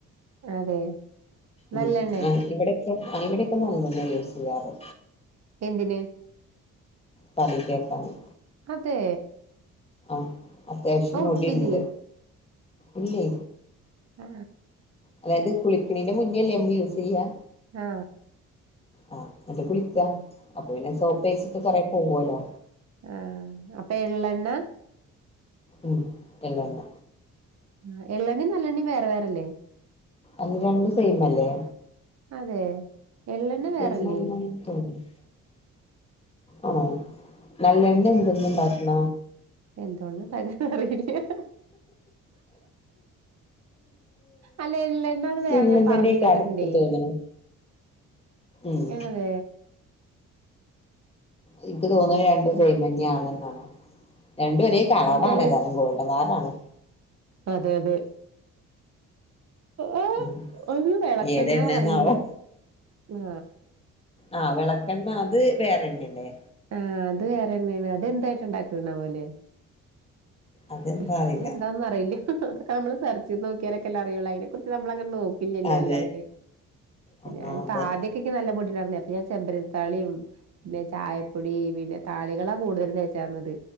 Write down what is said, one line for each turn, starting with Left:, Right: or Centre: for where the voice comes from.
Right: അതെ
Left: ഉ
Right: നല്ലെണ്ണേ
Left: ഇവിടക്കെ അ ഇവിടൊക്കെ നല്ലണ്ണേ യൂസ് ചെയ്യാറ്
Right: എന്തിന്
Left: പനി കേക്കാന്
Right: അതെ
Left: ആ അത്യാവശ്യം
Right: അത്
Left: മുടിണ്ട്
Right: ഒട്ടില്ലേ
Left: ഇല്ലേ
Right: ആ
Left: അതായത് കുളിക്കണിന്റെ മുന്നേല്ലേ നമ്മള് യൂസ് ചെയ്യ
Right: ആ
Left: ആഹ് എന്നിട്ട് കുളിക്ക അപ്പൊ പിന്നെ സോപ്പേച്ചിട്ട് കൊറേ പോവല്ലോ
Right: ആ അപ്പ എള്ളണ്ണ
Left: ഉം എള്ളണ്ണ
Right: ആ എള്ളെണ്ണേ നല്ലണ്ണേ വേറെ വേറെല്ലേ
Left: അത് രണ്ടും സെയിം അല്ലേ
Right: അതെ എള്ളെണ്ണ വേറല്ലേ
Left: സെയ്മാന്നന്ന് തോന്നുന്നു ആണോ നല്ലണ്ണ എന്തിന്ന ഇണ്ടാക്കണ
Right: എന്തോണ്ട ഇണ്ടാക്കാണെന്ന് അറിയില്ല അല്ല എള്ളണ്ണാന്ന് വേറെ
Left: ഇള്ളതന്നെയ്ക്കാരം
Right: ഞാൻ പറഞ്ഞ് കേട്ടിട്ടിണ്ടേ.
Left: ഇൻക്ക് തോന്ന്ണു ഉം
Right: അതേ
Left: എനിക്ക് തോന്നണു രണ്ടും സെയിംമന്യ ആണെന്നാണ് രണ്ടുഒരേ കളറാണ്
Right: ചിലർ
Left: ഏതാലും ഗോൾഡാ ണ്.
Right: അതെ അതെ. ആ
Left: ഉം
Right: ഒര് വെളക്കെണ്ണാ
Left: ഏത് എണ്ണേന്നാവോ
Right: പറയും ആ
Left: ആ വെളക്കെണ്ണ അത് വേറെണ്ണേല്ലേ?
Right: ആ അത് വേറെണ്ണേണ് അതെന്തായിട്ട്ണ്ടാക്കുന്ന പോലെ.
Left: അതെന്താ
Right: എങ്ങനെ
Left: അറിയില്ല
Right: ഇണ്ടാവന്ന് അറിയില്ല അതക്കെ നമ്മള് സെർച്ചെയ്ത് നോക്കിയാലൊക്കെല്ലേ അറിയൊള്ളൂ അയിനെ കുറിച്ച് നമ്മളങ്ങനെ നോക്കില്ലല്ലോ.
Left: അതെ
Right: ന്നല്ലാണ്ട്
Left: ആ
Right: ഞാൻ
Left: അതെ
Right: താദ്യൊക്കെക്ക് നല്ല പോടിണ്ടാരുന്നു. യെപ്പിയാൻ ചെമ്പരത്താളിയും ന്നെ ചായപ്പൊടി പിന്നെ താളികളാ കൂടുതലും തേച്ചാന്നത്.